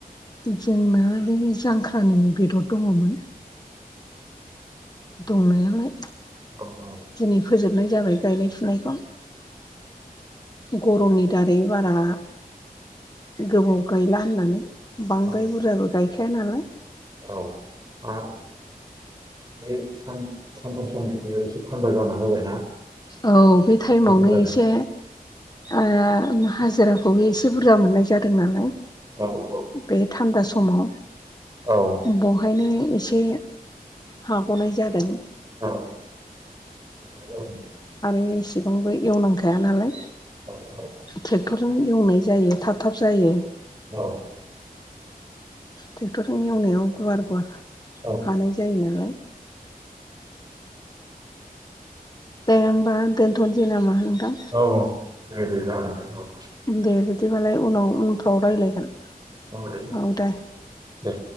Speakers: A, on the left; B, on the right.
A: जोंना जोंनि जांख्रानि बेदर दङमोन दंनायालाय
B: औ औ
A: दिनै फोजोबनाय जाबाय गायनाय फुनायखौ गरमनि दारै बारा गोबाव गायला होननानै बांद्राय
B: औ
A: बुरजाबो गाय गखाया नालाय
B: औ आरो बे सानथाम सान्रैसो एसे थान्दा जानना होबायना
A: औ बे टाइमावनो
B: मोजां जादों
A: एसे ओ हाजिराखौबो एसे बुरजा मोननाय जादों नालाय
B: औ औ
A: बे थान्दा समाव
B: औ
A: बेवहायनो एसे हाग'नाय जादों
B: औ
A: आरो एसेबांबो एवनांखाया नालाय
B: औ औ
A: ट्रेक्टरजों एवनाय जायो थाब थाब जायो।
B: औ
A: ट्रेक्टरजों एवनायाव गुवार गुवार
B: औ
A: हानाय जायो नालाय दे होमबा दोनथ'नोसै नामा नोंथां?
B: औ दे दे जागोन द औ।
A: दे बिदिबालाय उनाव उनफ्राव राय्लायगोन
B: औ दे
A: औ दे।
B: दे।